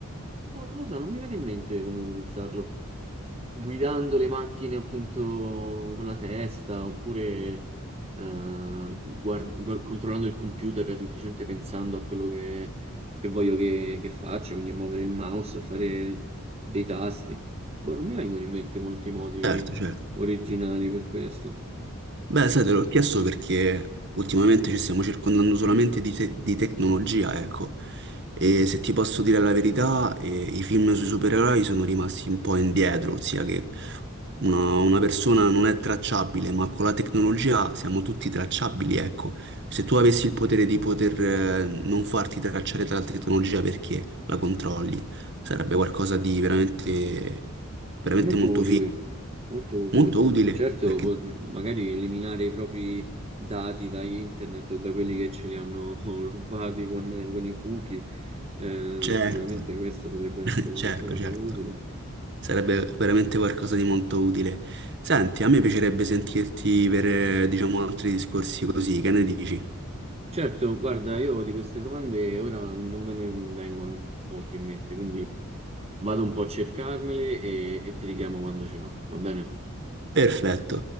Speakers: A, on the right (about 25°); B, on the right (about 50°).
A: Boh, non lo so, non mi viene in mente come utilizzarlo. Guidando le macchine appunto con la testa, oppure eh, guard- gu- controllando il computer, semplicemente pensando a quello che, che voglio che, che faccia, quindi a muovere il mouse, a fare dei tasti. Boh, non mi vengono in mente molti modi
B: Certo, certo.
A: originali per questo.
B: Beh, sai, te l'ho chiesto perché ultimamente ci stiamo circondando solamente di, te- di tecnologia, ecco. E se ti posso dire la verità, eh, i film sui supereroi sono rimasti un po' indietro, ossia che una, una persona non è tracciabile, ma con la tecnologia siamo tutti tracciabili, ecco. Se tu avessi il potere di poter, eh, non farti tracciare dalla tecnologia perché la controlli, sarebbe qualcosa di veramente, veramente
A: Molto
B: molto
A: utile,
B: figo,
A: molto utile.
B: molto utile.
A: Certo,
B: perché
A: po- magari eliminare i propri dati da internet o da quelli che ce li hanno <laughs> rubati con, con i cookie, eh,
B: Certo,
A: sicuramente questa potrebbe
B: <laughs>
A: essere
B: certo,
A: un'altra cosa
B: certo.
A: utile.
B: Sarebbe veramente qualcosa di molto utile. Senti, a me piacerebbe sentirti per, eh, diciamo, altri discorsi così, che ne dici?
A: Certo, guarda, io di queste domande ora non me ne vengono molto in mente, quindi vado un po' a cercarmele e, e ti richiamo quando ce n'ho, va bene?
B: Perfetto.